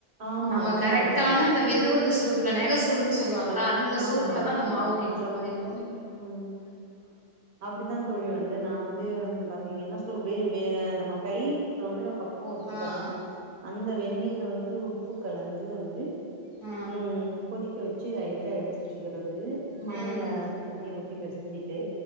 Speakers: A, on the right (about 60°); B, on the left (about 25°).
A: ஆமா
B: நம்ம
A: அது உண்மதா
B: கரெக்டான
A: வந்து
B: அந்த வெ து வெது சூடுப்ல நெக சூடுன்னு சொல்லுவாங்கல்ல அந்த சூட்ல
A: ஆமா
B: தா அந்த மாவு கின்ற மாரி இருக்
A: ம் அப்டித்தா தோழி வந்து நா வந்து பாத்தீங்கன்னா சொ வே வே நம்ம கை தொடுற பக்குவ இருக்கு
B: ஆ ஆ
A: பாருங்க அந்த வெந்நீர வந்து உப்பு கலந்து வந்து
B: ஆ
A: ம் கொதிக்க வச் சு லைட்டா எடுத்து வச்சுக்கிறது மாவுல
B: ம்
A: வந்து தண்ணிய ஊட்டி பெசஞ்சி து